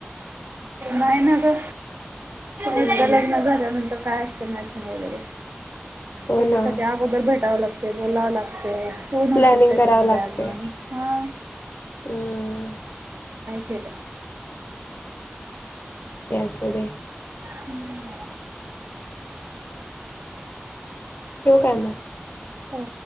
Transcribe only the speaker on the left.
हम्म
हो
ना
प्लॅनिंग
करावं लागते
हम्म
असूदे.
ठेवू काय मग?